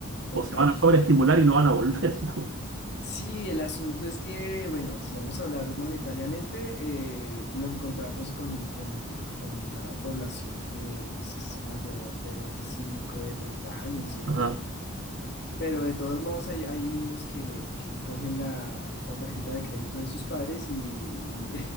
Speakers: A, on the left; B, on the right.
A: Total.
B: o se van a sobreestimular y no van a volver, <laughs> digamos.
A: Sí, el asunto es que, bueno, si vamos a hablar monetariamente, eh, lo encontramos con, con, con la población que pues, es mayor de 25, de 30 años, ¿cierto?
B: Ajá,
A: Pero de todos modos hay, hay niños que, que cogen la, la tarjeta de crédito de sus padres y, y,